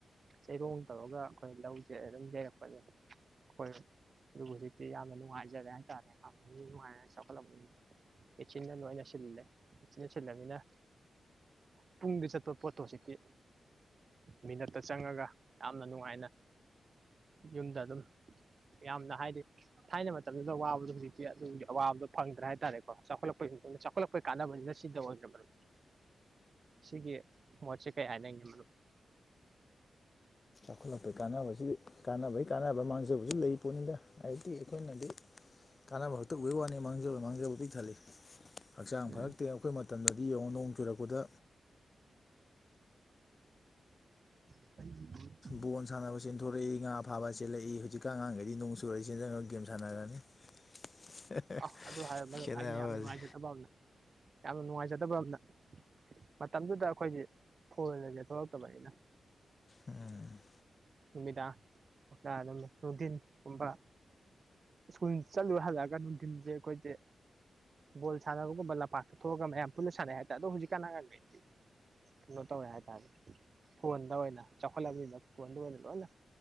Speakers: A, on the right; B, on the left.
A: ꯆꯩꯔꯣꯡ ꯇꯧꯔꯒ ꯑꯩꯈꯣꯏ ꯂꯧꯖꯦ ꯑꯗꯨꯝ ꯌꯩꯔꯛꯄꯅꯦ ꯑꯈꯣꯏ ꯑꯗꯨ ꯍꯧꯖꯤꯛꯇꯤ ꯌꯥꯝ ꯅꯨꯉꯥꯏꯖꯔꯦ ꯍꯥꯏꯇꯥꯔꯦ ꯌꯥꯝꯅꯁꯨ ꯅꯨꯡꯉꯥꯏꯔꯦ ꯆꯥꯎꯈꯠꯂꯛꯄꯅꯤꯅ ꯃꯦꯆꯤꯟꯅ ꯂꯣꯏꯅ ꯁꯤꯟꯂꯦ ꯃꯦꯆꯤꯟꯅ ꯁꯤꯟꯂꯕꯅꯤꯅ ꯄꯨꯡꯗ ꯆꯠꯄ ꯄꯣꯠꯇꯣ ꯍꯧꯖꯤꯛꯇꯤ ꯃꯤꯅꯠ ꯇ ꯆꯪꯉꯒ ꯌꯥꯝꯅ ꯅꯨꯡꯉꯥꯏꯅ ꯌꯨꯝꯗ ꯑꯗꯨꯝ ꯌꯥꯝꯅ ꯍꯥꯏꯗꯤ ꯊꯥꯏꯅ ꯃꯇꯝꯗꯨꯗ ꯋꯥꯕꯗꯣ ꯍꯧꯖꯤꯛꯇꯤ ꯑꯗꯨꯒꯤ ꯑꯋꯥꯕꯗꯣ ꯐꯪꯗ꯭ꯔꯦ ꯍꯥꯏꯇꯥꯔꯦꯀꯣ ꯆꯥꯎꯈꯠꯂꯛꯄꯒꯤ ꯆꯥꯎꯄ ꯈꯠꯂꯛꯄꯩ ꯀꯥꯟꯅꯕꯅꯤꯅ ꯁꯤꯗ ꯑꯣꯏꯗ꯭ꯔꯦ ꯃꯔꯨꯞ ꯁꯤꯒꯤ ꯃꯣꯠꯁꯦ ꯀꯩ ꯍꯥꯏꯅꯤꯡꯉꯦ ꯃꯔꯨꯞ
B: ꯆꯥꯎꯈꯠꯂꯛꯄꯩ ꯀꯥꯟꯅꯕꯁꯤ ꯀꯥꯟꯅꯕꯩ ꯀꯥꯟꯅꯕ ꯃꯥꯡꯖꯕꯁꯨ ꯂꯩꯔꯤ ꯄꯣꯠꯅꯤꯅ ꯍꯥꯏꯗꯤ ꯑꯩꯈꯣꯏꯅꯗꯤ ꯀꯥꯟꯅꯕ ꯈꯛꯇ ꯎꯕꯒꯤ ꯋꯥꯅꯤ ꯃꯥꯡꯖꯕ ꯃꯥꯡꯖꯕ ꯄꯤꯛ ꯊꯜꯂꯤ ꯍꯛꯆꯥꯡ
A: ꯎꯝ
B: ꯐꯔꯛꯇꯦ ꯑꯩꯈꯣꯏ ꯃꯇꯝꯗꯗꯤ ꯌꯦꯡꯉꯣ ꯅꯣꯡ ꯆꯨꯔꯛꯄꯗ
A: <unintelligible>
B: ꯕꯣꯜ ꯁꯥꯟꯅꯕ ꯆꯦꯟꯊꯣꯔꯛꯏ ꯉꯥ ꯐꯥꯕ ꯆꯦꯜꯂꯛꯏ ꯍꯧꯖꯤꯛꯀꯤ ꯑꯉꯥꯡꯈꯩꯗꯤ ꯅꯣꯡ ꯆꯨꯔ ꯆꯦꯟꯖꯟꯈ꯭ꯔꯒ ꯒꯦꯝ ꯁꯥꯟꯅꯔꯅꯤ <unintelligible>
A: ꯑꯥ ꯑꯗꯨ ꯍꯥꯏꯔ ꯃꯔꯨꯞ
B: ꯈꯦꯠꯅꯕꯁꯦ
A: ꯑꯩꯅ ꯌꯥꯝ ꯅꯨꯡꯉꯥꯏꯖꯗꯕ ꯑꯝꯅ ꯌꯥꯝꯅ ꯅꯨꯡꯉꯥꯏꯖꯗꯕ ꯑꯝꯅ ꯃꯇꯝꯗꯨꯗ ꯑꯩꯈꯣꯏꯒꯤ ꯐꯣꯜ ꯍꯥꯢꯁꯦ ꯊꯣꯛꯂꯛꯇꯕꯅꯤꯅ
B: ꯎꯝ
A: ꯅꯨꯃꯤꯗꯥ <unintelligible> ꯅꯨꯡꯗꯤꯟ ꯀꯨꯝꯕ ꯁ꯭ꯀꯨꯜ ꯆꯠꯂꯨ ꯍꯜꯂꯛꯑꯒ ꯅꯨꯡꯊꯤꯟꯁꯦ ꯑꯩꯈꯣꯏꯁꯦ ꯕꯣꯜ ꯁꯥꯟꯅꯕꯒꯨꯝꯕ ꯂꯝꯄꯥꯛꯇ ꯊꯣꯛꯂꯛꯑꯒ ꯃꯌꯥꯝ ꯄꯨꯟꯅ ꯁꯥꯟꯅꯩ ꯍꯥꯏꯇꯥꯔꯦ ꯑꯗꯣ ꯍꯧꯖꯤꯛꯀꯥꯟ ꯑꯉꯥꯡꯒꯩꯗꯤ ꯀꯩꯅꯣ ꯇꯧꯋꯦ ꯍꯥꯏ ꯇꯥꯔꯦ ꯐꯣꯟꯗ ꯑꯣꯏꯅ ꯆꯥꯥꯎꯈꯠꯂꯕꯅꯤꯅ ꯐꯣꯟꯗ ꯑꯣꯏꯅ ꯂꯣꯏꯅ